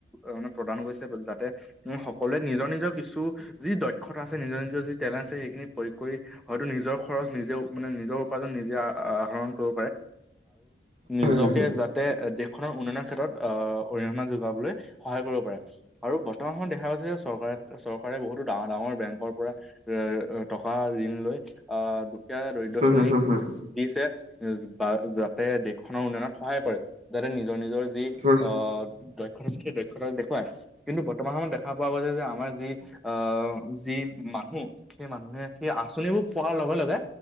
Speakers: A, in the centre; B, on the right (about 35°).
A: মানে প্ৰদান কৰিছে যাতে সকলোৱে নিজৰ নিজৰ কিছু যি দক্ষতা আছে নিজৰ নিজৰ যি টেলেণ্ট আছে সেইখিনি প্ৰয়োগ কৰি হয়তো নিজৰ খৰচ নিজে মানে নিজৰ উপাৰ্জন নিজে আহ আহৰণ কৰো নিজকে
B: হয়
A: যতে খনৰ উন্নয়নৰ ক্ষেত্ৰত আহ অৰিহণা যোগাবলৈ সহায় কৰিব পাৰে আৰু বৰ্তমান সময়ত দেখা গৈছে যে চৰকাৰে চৰকাৰে বহুতো ডাঙৰ ডাঙৰ বেংকৰ পৰা এ টকা ঋণ লৈ আহ দুখীয়া দৰিদ্ৰ
B: হয়
A: শ্ৰেণীক
B: হয় হয় হয়
A: দিছে বা যাতে দেশখনৰ উন্নয়নত সহায় কৰে যাতে নিজৰ নিজৰ যি
B: হয়
A: আহ ৰত দেৰত দেখুৱা কিন্তু বৰ্তমান সময়ত দেখা পোৱা গৈছে যে আমাৰ যি আহ যি মানুহ সেই মানুহে সেই আঁচনিবোৰ পোৱাৰ লগে লগে